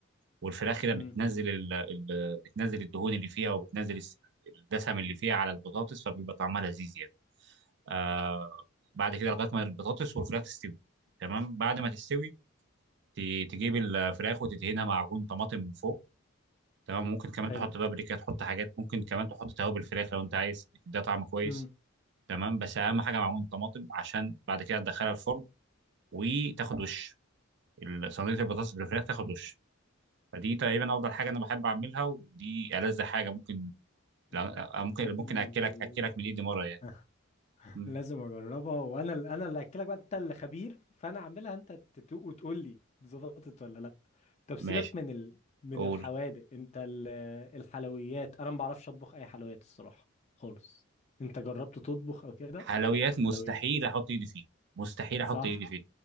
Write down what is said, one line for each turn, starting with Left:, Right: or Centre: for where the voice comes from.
Right: والفراخ كده بتنزل
Left: امم
Right: ال... ال... بتنزل الدهون اللي فيها وبتنزل الس- الدسم اللي فيها على البطاطس فبيبقى طعمها لذيذ يعني آه بعد كده لغايه ما البطاطس والفراخ تستوي تمام بعد ما تستوي ت- تجيب الفراخ وتدهنها معجون طماطم من فوق تمام ممكن كمان
Left: حلو
Right: تحط بابريكا تحط حاجات ممكن كمان تحط توابل الفراخ لو انت عايز ده طعم كويس
Left: امم
Right: تمام بس اهم حاجه معجون طماطم عشان بعد كده تدخلها الفرن وتاخد وش ال- صينيه البطاطس بالفراخ تاخد وش فدي تقريبا افضل حاجه انا بحب اعملها ودي ألذ حاجه ممكن
Left: لا-
Right: لا- ممكن
Left: لا-
Right: ممكن اكلك اكلك من ايدي مره يعني
Left: <laughs>
Right: مم.
Left: لازم اجربها وانا ال- انا اللي اكلك بقى انت اللي خبير فانا اعملها انت تدوق وتقول لي ظبطت ولا لا طب سيبك
Right: ماشي
Left: من ال... من
Right: قول
Left: الحوادق انت ال... الحلويات انا ما بعرفش اطبخ اي حلويات الصراحه خالص انت جربت تطبخ او كده
Right: حلويات
Left: لا
Right: مستحيل
Left: حلويات
Right: احط ايدي فيه مستحيل احط
Left: صح
Right: ايدي فيه